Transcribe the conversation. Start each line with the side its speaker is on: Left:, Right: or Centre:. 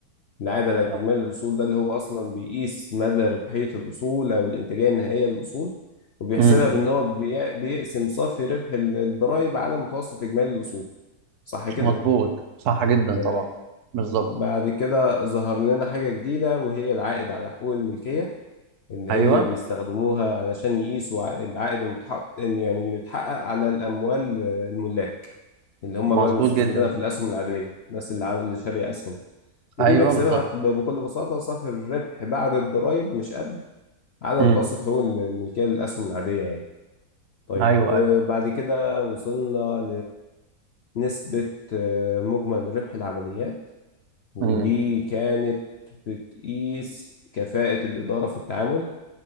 Left: العائد على
Right: اه
Left: إجمالي الأصول ده اللي هو أصلا بيقيس مدى ربحية الأصول أو الإنتاجية النهائية للأصول وبيحسبها
Right: امم
Left: بأن هو بي- بيقسم صافي ربح ال- الضرائب على متوسط إجمالي الأصول صح كده؟
Right: مظبوط صح جدا
Left: تمام
Right: طبعا بالظبط
Left: بعد كده ظهر لنا حاجة جديدة وهي العائد على حقوق الملكية اللي
Right: ايوه
Left: هي بيستخدموها علشان يقيسوا ع- العائد المتحقق يعني اللي اتحقق على الأموال آه، الملاك اللي هم
Right: مظبوط
Left: بقى مستثمرينها
Right: جدا
Left: في الأسهم العادية الناس اللي عامل اللي شارية أسهم ودي
Right: ايوه
Left: بيحسبها
Right: بالظبط
Left: ب- بكل بساطة صافي الربح بعد الضرايب مش قبل على
Right: امم
Left: متوسط حقوق الملكية للأسهم العادية يعني طيب
Right: ايوه
Left: آه،
Right: ايوه
Left: بعد كده وصلنا لنسبة آه، مجمل ربح العمليات ودي
Right: امم
Left: كانت بتقيس كفاءة الإدارة في التعامل